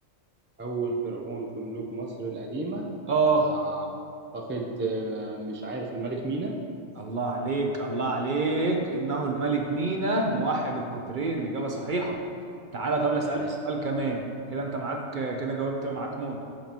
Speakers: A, on the right; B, on the right.
A: اول فرعون في ملوك مصر القديمه
B: اه
A: آه، اعتقد آه، مش عارف الملك مينا
B: الله عليك الله عليك إنه الملك مينا موحد القطرين إجابة صحيحة تعالى طب أسألك
A: تمام
B: سؤال كمان كده أنت معاك كده جاوبت معاك نقطة